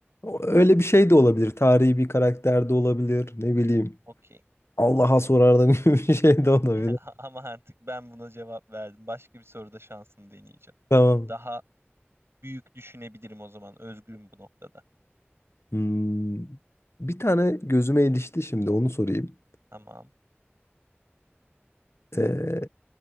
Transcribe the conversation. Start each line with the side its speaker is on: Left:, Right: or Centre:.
Left: öyle bir şey de olabilir. Tarihi bir karakter de olabilir. Ne bileyim.
Right: Okey.
Left: Allah'a sorardım <laughs> gibi bir şey de olabilir.
Right: <laughs> Ama artık ben buna cevap verdim. Başka bir soruda şansımı deneyeceğim.
Left: Tamam.
Right: Daha büyük düşünebilirim o zaman. Özgürüm bu noktada.
Left: Hmm, bir tane gözüme ilişti şimdi onu sorayım.
Right: Tamam.
Left: Ee,